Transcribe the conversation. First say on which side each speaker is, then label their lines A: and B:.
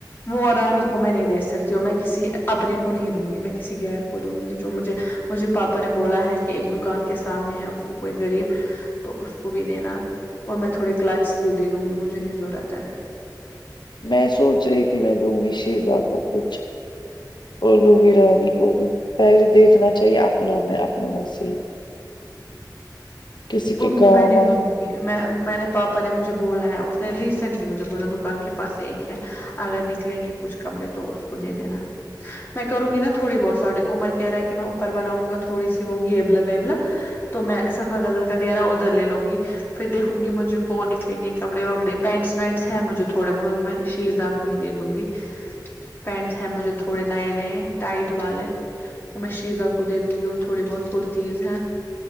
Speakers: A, on the left; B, on the left.
A: وہاں رانی کو میں نہیں دے سکتی ہوں میں کسی اپنے کو نہیں دوں گی میں کسی غیر کو دوں گی جو مجھے مجھے پاپا نے بولا ہے کہ ایک دکان کے سامنے ہے کوئی غریب تو اس کو بھی دینا اور میں تھوڑے کلاچس بھی دے دوں گی مجھے نہیں ضرورت ہے
B: میں سوچ رہی تھی میں دوں گی شیزا کو کچھ اور دوں گی رانی کو بھی پہلے دیکھنا چاہیے اپنا میں اپنا میں سے ہی کسی کے
A: ان کو
B: کام
A: میں نے دوں گی جی میں میں نے پاپا نے مجھے بولا ہے اس نے ریسینٹلی مجھے بولا دکان کے پاس ایک ہے اگر نکلیں گے کچھ کپڑے تو اس کو دے دینا میں کروں گی نا تھوڑی بہت ساٹنگ عمر کہہ رہا ہے کہ میں اوپر بناؤں گا تھوڑی سی وہ گیبلا ویبلا تو میں سفا قدر کا ڈھیرا ادھر لے لوں گی پھر دیکھوں گی مجھے کون نکلیں گے کپڑے وپڑے پینٹس وینٹس ہیں مجھے تھوڑے بہت وہ میں شیزا وہی دے دوں گی پینٹ ہے مجھے تھوڑے نئے نئے ٹائٹ والے اور میں شیزا کو دے دوں گی اور تھوڑی بہت کرتیز ہے